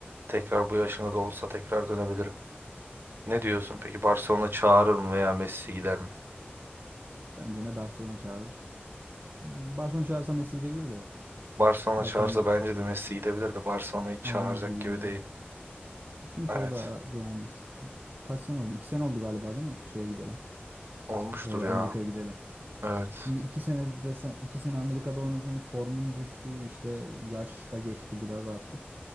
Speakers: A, on the right (about 65°); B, on the right (about 45°).
A: tekrar bu yaşımda da olsa tekrar dönebilirim. Ne diyorsun peki Barcelona çağırır mı veya Messi gider mi?
B: Bence ne Barcelona çağırır. Barcelona çağırsa Messi gidebilir de
A: Barcelona
B: Barcelona
A: çağırsa bence de Messi gidebilir de Barcelona hiç
B: almaz
A: çağıracak
B: gibi
A: gibi
B: diyorum.
A: değil.
B: Çünkü
A: Evet
B: o da yani s- kaç sene oldu? İki sene oldu galiba değil mi? Şeye gidelim.
A: olmuştur
B: Amerika'ya
A: ya.
B: gidelim.
A: Evet.
B: Şimdi iki sene desen, iki sene Amerika'da oynadın. Formun düştü. işte yaş da geçti biraz artık.